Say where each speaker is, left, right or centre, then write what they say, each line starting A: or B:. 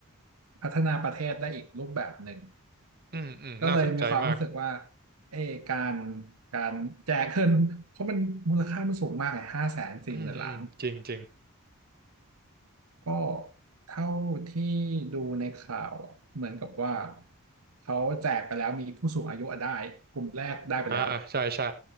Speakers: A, on the right (about 80°); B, on the right (about 45°).
A: พัฒนาประเทศได้อีกรูปแบบหนึ่ง
B: อืมอืมน่าสนใจมาก
A: ก็เลยมีความรู้สึกว่าเออการการแจกเงินเพราะมันมูลค่ามันสูงมากไงห้าแสนสี่หมื่นล้าน
B: อืมอืมจริงจริง
A: ก็เท่าที่ดูในข่าวอะเหมือนกับว่าเขาแจกไปแล้วมีผู้สูงอายุอะได้กลุ่มแรกได้ไปแล้ว
B: อ่าใช่ใช่